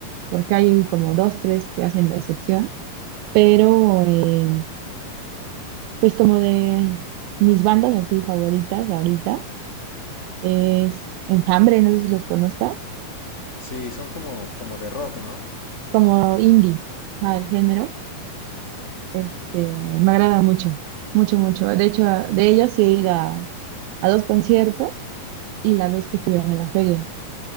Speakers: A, on the right; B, on the left.
A: porque hay como dos, tres que hacen la excepción, pero eh, pues como de mis bandas así favoritas ahorita. es Enjambre, no sé si los conozcas,
B: Sí, son como, como de rock, ¿no?
A: como indie, ah, el género, este, me agrada mucho, mucho, mucho. De hecho, a- de ellos sí he ido a, a dos conciertos y la vez que estuvieron en la feria,